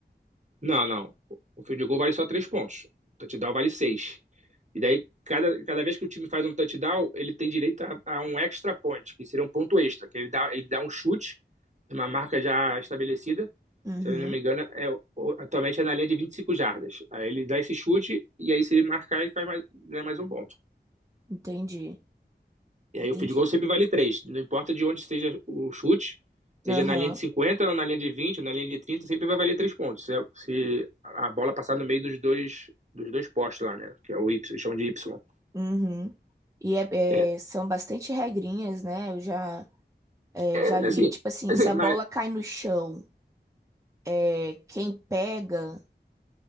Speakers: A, on the right (about 40°); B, on the right (about 15°).
A: Não, não. O field goal vale só três pontos. O touchdown vale seis. E daí, cada, cada vez que o time faz um touchdown, ele tem direito a, a um extra point, que seria um ponto extra, que ele dá, ele dá um chute, uma marca já estabelecida.
B: Uhum.
A: Se eu não me engano, é, o- atualmente é na linha de 25 jardas. Aí ele dá esse chute, e aí se ele marcar, ele faz mais, ganha mais um ponto.
B: Entendi.
A: E
B: Entendi.
A: aí o field goal sempre vale 3. Não importa de onde seja o chute, seja
B: Aham.
A: na linha de 50, ou na linha de 20, ou na linha de 30, sempre vai valer 3 pontos. Se, é, se a bola passar no meio dos dois, dos dois postes lá, né? Que é o Y, eles chamam de Y.
B: Uhum. E é,
A: É,
B: é, são bastante regrinhas, né? Eu já, é,
A: é
B: já vi,
A: assim,
B: tipo assim,
A: assim,
B: se a
A: mas,
B: bola cai no chão, é, quem pega.